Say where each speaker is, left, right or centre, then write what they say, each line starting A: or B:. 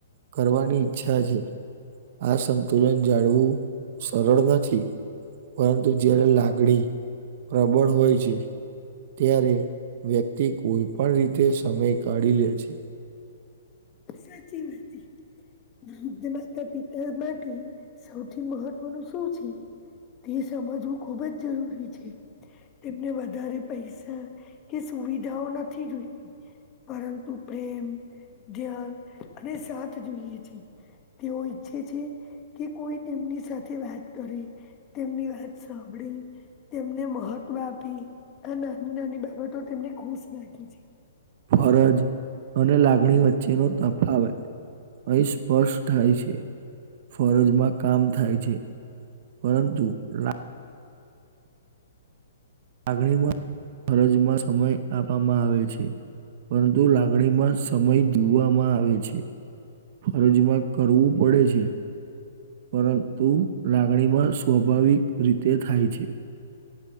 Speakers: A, on the right (about 40°); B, on the left (about 20°).
A: કરવાની ઈચ્છા છે, આ સંતુલન જાળવું સરળ નથી, પરંતુ જયારે લાગણી પ્રબળ હોય છે, ત્યારે વ્યક્તિ કોઈ પણ રીતે સમય કાઢી લે છે
B: સાચી વાત. વૃદ્ધ માતા પિતા માટે સૌથી મહત્વનું શું છે? તે સમજવું ખુબ જ જરૂરી છે, તેમને વધારે પૈસા કે સુવિધાઓ નથી જોઈતી, પરંતુ પ્રેમ ધ્યાન અને સાથ જોઈએ છે, તેઓ ઈચ્છે છે કે કોઈ તેમની સાથે વાત કરે, તેમની વાત સાંભળે તેમને મહત્વ આપી આ નાની નાની બાબતો તેમને ખુશ રાખી છે.
A: ફરજ અને લાગણી વચ્ચેનો તફાવત અહીં સ્પષ્ટ થાય છે, ફરજમાં કામ થાય છે. પરંતુ લા લાગણીમાં, ફરજમાં સમય આપવામાં આવે છે. પરંતુ લાગણીમાં સમય જોવામાં આવે છે. ફરજમાં કરવું પડે છે. પરંતુ લાગણી માં સ્વાભાવિક રીતે થાય છે.